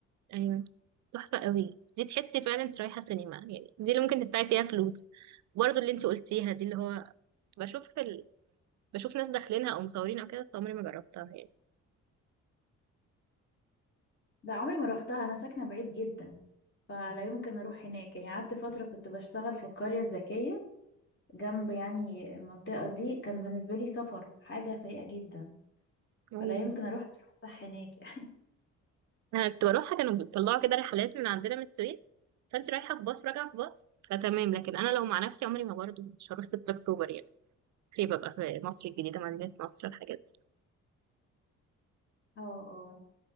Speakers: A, on the right; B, on the left.
A: أيوة تحفة قوي دي تحسي فعلا انت رايحة سينما يعني دي اللي ممكن تدفعي فيها فلوس برضه اللي انت قلتيها دي اللي هو بشوف في ال... بشوف ناس داخلينها أو مصورين أو كده بس عمري ما جربتها يعني
B: لا عمري ما روحتها انا ساكنه بعيد جدا فلا يمكن اروح هناك يعني قعدت فتره كنت بشتغل في القريه الذكيه جنب يعني المنطقه دي كان بالنسبه لي سفر حاجه سيئه جدا
A: أيوة
B: فلا يمكن اروح اتفسح هناك يعني
A: أنا كنت بروحها كانوا بيطلعوا كده رحلات من عندنا من السويس فأنت رايحة في باص راجعة في باص فتمام لكن أنا لو مع نفسي عمري ما برضه مش هروح 6 أكتوبر يعني خليه ببقى في مصر الجديدة مدينة نصر الحاجات
B: <laughs> اه اه